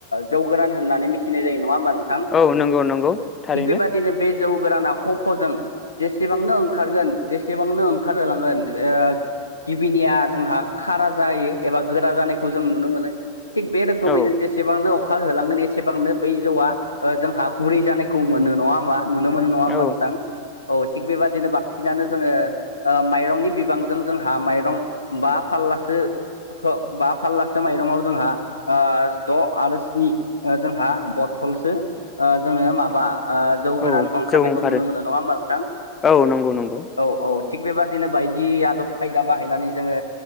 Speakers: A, on the left; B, on the left.
A: जौ गोरान होननानै मिथिनाय जायो नङा ओमबा नोंथां?
B: औ नंगौ नंगौ। थारैनो
A: थिग बेबायदिनो बे जौ गोराना खफजों जेसेबांनो ओंखारगोन जेसेबांनो ओंखारहोलांगोन ओ गिबिनिया जोंहा खारा जायो एबा गोरा जानायखौ जों नुनो मोनो‌ थिग बे रोखोमैनो
B: औ
A: जेसेबांनो अखार होलांगोन एसेबांनो बै जौवा ओ जोंहा गुरै जानायखौ मोनो नङा ओमबा नुनो मोनो नङा ओमबा
B: औ
A: नोंथां औ थिग बेबायदिनो बां सिनायनो जोङो ओ माइरंनि बिबांजों जोंहा माइरं बा फाल्लासो खो बा फाल्लासो माइरङाव जोंहा ओ द आरो स्नि ओ जोंहा बथलसो ओ जोङो माबा ओ जौ
B: औ
A: गोरान ओंखारनायखौ
B: जौ ओंखारो
A: नुनो मोनो नङा ओमबा नोंथां?
B: औ नंगौ नंगौ
A: औ औ थिग बेबादिनो बायदि आदब खायदा बाहायनानै जोङो